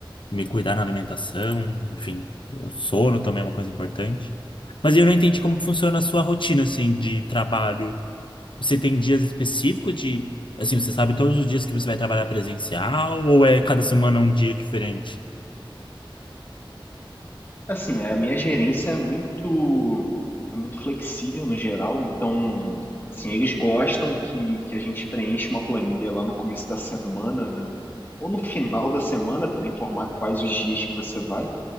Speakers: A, on the left; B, on the left.
A: me cuidar na alimentação, enfim, o sono também é uma coisa importante. Mas eu não entendi como que funciona a sua rotina assim de trabalho você tem dias específicos de, assim, você sabe todos os dias que você vai trabalhar presencial ou é cada semana um dia diferente?
B: Assim, é, a minha gerência é muito é muito flexível no geral, então, assim, eles gostam que, que a gente preencha uma planilha lá no começo da semana ou no final da semana para informar quais os dias que você vai.